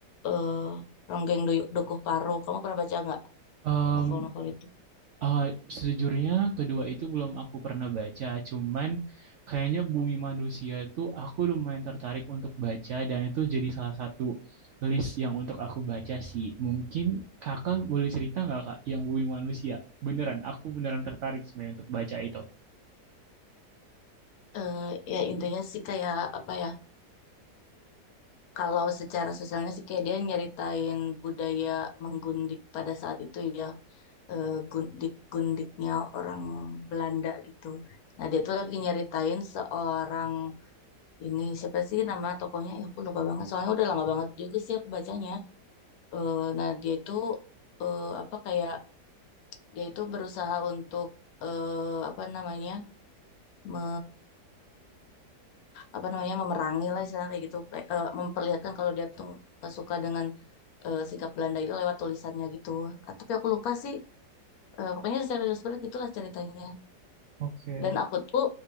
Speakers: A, on the left; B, on the right.
A: eh Ronggeng Doy- Dukuh Paro. Kamu pernah baca nggak
B: Em,
A: novel-novel itu?
B: Eh, sejujurnya kedua itu belum aku pernah baca, cuman kayaknya Bumi Manusia tuh aku lumayan tertarik untuk baca dan itu jadi salah satu list yang untuk aku baca sih. Mungkin kakak boleh cerita nggak kak yang Bumi Manusia? Beneran, aku beneran tertarik sebenarnya untuk baca itu.
A: Eh ya intinya sih kayak apa ya? Kalau secara sosialnya sih kayak dia nyeritain budaya menggundik pada saat itu ya, eh, gundik-gundiknya orang Belanda gitu. Nah dia tuh lagi nyeritain seorang ini siapa sih nama tokohnya? Ya, aku lupa banget. Soalnya udah lama banget juga sih aku bacanya. Eh, nah dia itu eh, apa kayak dia itu berusaha untuk eh, apa namanya me apa namanya memerangi lah istilahnya kayak gitu kayak eh, memperlihatkan kalau dia tuh nggak suka dengan eh, sikap Belanda itu lewat tulisannya gitu. Ah, Tapi aku lupa sih eh, pokoknya serius banget gitulah ceritanya.
B: Oke,
A: Dan
B: oke.
A: aku tuh